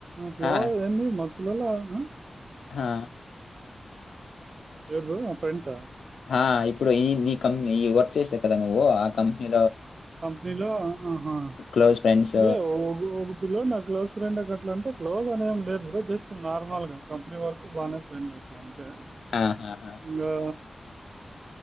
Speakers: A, on the right (about 55°); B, on the left (about 85°).
A: క్లో
B: ఆ
A: ఎన్ని మ పులిలో ఉంది
B: హా
A: ఎవరు నా ఫ్రెండ్సా
B: ఆ ఇప్పుడు ఈ నీ కంపెనీ ఈ వర్క్ చేసా కదా నువ్వు ఆ కంపెనీ
A: కంపెనీలో ఆహా
B: క్లోజ్ ఫ్రెండ్స్
A: లే ఎద్ బ్రో నా క్లోజ్ ఫ్రెండ్ అట్లంటే క్లోజ్ అనే ఏం లేదు బ్రో జస్ట్ నార్మల్గా కంపెనీ వరకు బానే రండి అట్లా అంటే
B: ఆహాహా
A: ఇంగా